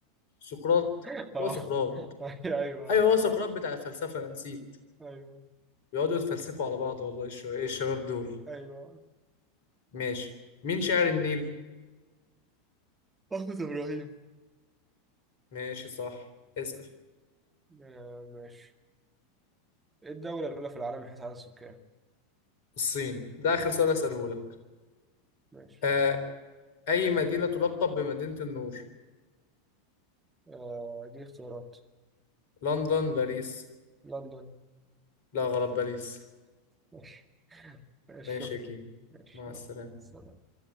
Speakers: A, on the left (about 55°); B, on the right (about 15°).
A: سقراط
B: <laughs> اه
A: هو سقراط
B: ايوه
A: أيوه هو سقراط بتاع الفلسفة أنا نسيت
B: ايوه
A: بيقعدوا يتفلسفوا على بعض والله الشوية إيه الشباب دول
B: ايوه
A: ماشي مين شاعر النيل؟
B: أحمد إبراهيم
A: ماشي صح اسأل
B: آه ماشي ايه الدولة الأولى في العالم من حيث عدد السكان؟
A: الصين ده آخر سؤال أسأله لك
B: ماشي
A: آه أي مدينة تلقب بمدينة النور؟
B: آه دي اختيارات
A: لندن باريس
B: لندن
A: لا غلط باريس
B: ماشي <laughs> ماشي
A: ماشي
B: شكرا
A: يا كيم
B: ماشي
A: مع السلامة
B: يلا. سلام